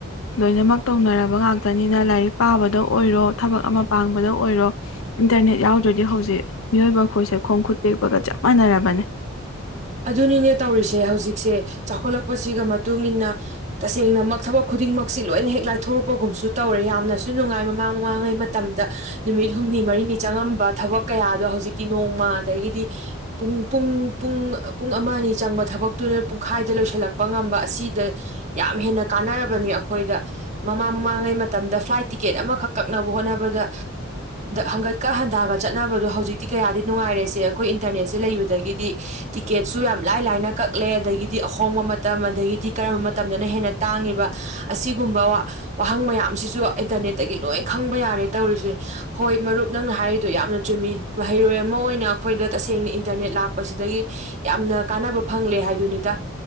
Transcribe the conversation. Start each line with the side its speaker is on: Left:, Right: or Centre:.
Left: ꯂꯣꯏꯅꯃꯛ ꯇꯧꯅꯔꯕ ꯇꯅꯤꯅ ꯂꯥꯏꯔꯤꯛ ꯄꯥꯕꯗꯣ ꯑꯣꯏꯔꯣ ꯊꯕꯛ ꯑꯃ ꯄꯥꯡꯕꯗ ꯑꯣꯏꯔꯣ ꯏꯟꯇꯔꯅꯦꯠ ꯌꯥꯎꯗ꯭ꯔꯗꯤ ꯍꯧꯖꯤꯛ ꯃꯤꯑꯣꯏꯕ ꯑꯩꯈꯣꯏꯁꯦ ꯈꯣꯡ ꯈꯨꯠ ꯇꯦꯛꯄꯒ ꯆꯞ ꯃꯥꯟꯅꯔꯕꯅꯤ
Right: ꯑꯗꯨꯅꯤꯅꯦ ꯇꯧꯔꯤꯁꯦ ꯍꯧꯖꯤꯛꯁꯦ ꯆꯥꯎꯈꯠꯂꯛꯄꯁꯤꯒ ꯃꯇꯨꯡ ꯏ ꯃꯇꯨꯡꯏꯟꯅ ꯇꯁꯦꯡꯅꯃꯛ ꯊꯕꯛ ꯈꯨꯗꯤꯡꯃꯛꯁꯤ ꯂꯣꯏꯅ ꯍꯦꯛ ꯂꯥꯏꯊꯣꯔꯛꯄꯒꯨꯝꯁꯨ ꯇꯧꯔꯦ ꯌꯥꯝꯅꯁꯨ ꯅꯨꯡꯉꯥꯏ ꯃꯃꯥꯡ ꯃꯃꯥꯡꯉꯩ ꯃꯇꯝꯗ ꯅꯨꯃꯤꯠ ꯍꯨꯝꯅꯤ ꯃꯔꯤꯅꯤ ꯆꯪꯉꯝꯕ ꯊꯕꯛ ꯀꯌꯥꯗꯣ ꯍꯧꯖꯤꯛꯇꯤ ꯅꯣꯡꯃ ꯑꯗꯒꯤꯗꯤ ꯄꯨꯡ ꯄꯨꯡ ꯄꯨꯡ ꯄꯨꯡ ꯑꯃ ꯑꯅꯤ ꯆꯪꯕ ꯊꯕꯛꯇꯨꯅ ꯄꯨꯡꯈꯥꯏꯗ ꯂꯣꯏꯁꯤꯜꯂꯛꯄ ꯉꯝꯕ ꯑꯁꯤꯗ ꯌꯥꯝ ꯍꯦꯟꯅ ꯀꯥꯟꯅꯔꯕꯅꯤ ꯑꯩꯈꯣꯏꯗ ꯃꯃꯥꯡ ꯃꯃꯥꯡꯉꯩ ꯃꯇꯝꯗ ꯐ꯭ꯂꯥꯏꯠ ꯇꯤꯀꯦꯠ ꯑꯃꯈꯛ ꯀꯛꯅꯕ ꯍꯣꯠꯅꯕꯗ ꯍꯟꯒꯠꯀ ꯍꯟꯊꯒ ꯆꯠꯅꯕꯗꯣ ꯍꯧꯖꯤꯛꯇꯤ ꯀꯌꯥꯗꯤ ꯅꯨꯡꯉꯥꯏꯔꯦꯁꯦ ꯑꯩꯈꯣꯏ ꯏꯟꯇꯔꯅꯦꯠꯁꯦ ꯂꯩꯕꯗꯒꯤꯗꯤ ꯇ ꯀꯦꯠꯁꯨ ꯌꯥꯝ ꯂꯥꯏ ꯂꯥꯏꯅ ꯀꯛꯂꯦ ꯑꯗꯒꯤꯗꯤ ꯑꯍꯣꯡꯕ ꯃꯇꯝ ꯑꯗꯒꯤꯗꯤ ꯀꯔꯝꯕ ꯃꯇꯝꯗꯅ ꯍꯦꯟꯅ ꯇꯥꯡꯉꯤꯕ ꯑꯁꯤꯒꯨꯝꯕ ꯋꯥꯍꯪ ꯃꯌꯥꯝꯁꯤꯁꯨ ꯏꯟꯇꯔꯅꯦꯠꯇꯒꯤ ꯂꯣꯏ ꯈꯪꯕ ꯌꯥꯔꯦ ꯇꯧꯔꯤꯁꯦ ꯍꯣꯏ ꯃꯔꯨꯞ ꯅꯪꯅ ꯍꯥꯏꯔꯤꯗꯨꯣ ꯌꯥꯝꯅ ꯆꯨꯝꯃꯤ ꯃꯍꯩꯔꯣꯏ ꯑꯃ ꯑꯣꯏꯅ ꯑꯩꯈꯣꯏꯗ ꯇꯁꯦꯡꯅ ꯏꯟꯇꯔꯅꯦꯠ ꯂꯥꯛꯄꯁꯤꯗꯒꯤ ꯌꯥꯝꯅ ꯀꯥꯟꯅꯕ ꯐꯪꯂꯦ ꯍꯥꯏꯗꯨꯅꯤꯗ